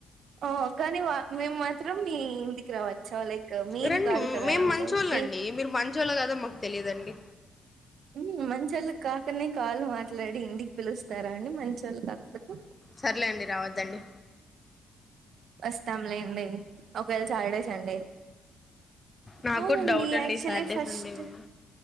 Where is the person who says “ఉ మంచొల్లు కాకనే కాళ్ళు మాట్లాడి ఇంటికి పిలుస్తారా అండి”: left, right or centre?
Right